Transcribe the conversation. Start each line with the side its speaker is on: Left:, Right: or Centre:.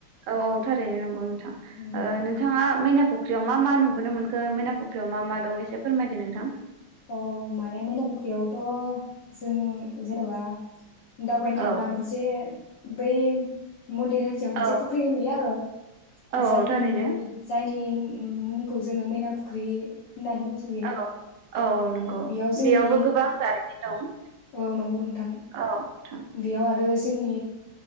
Right: औ औ थारैनो नंगौ नों थां
Left: उम
Right: ओ नोंथाङा मैना फुख्रियाव मा मा नुबोनो मोनखो मैना फुख्रियाव मा मा दं एसे फोरमायदो नोंथां
Left: औ माने मैना फुख्रियाव थ जों जेन'बा दावबायनो थांब्ला
Right: औ
Left: मोनसे बै मन्दिर हाथियाव मोनसे
Right: औ
Left: फुख्रि नुयो आरो
Right: औ
Left: जायनि
Right: थारैनो
Left: जायनि मुंखौ जोङो मैना फुख्रि होननानै मिथियो।
Right: औ औ औ नंगौ।
Left: बेयाव जोंनि
Right: बेयावबो गोबां जारिमिन दं
Left: औ नंगौ नोंथां।
Right: औ नोंथां
Left: बेयाव आरो जोंनि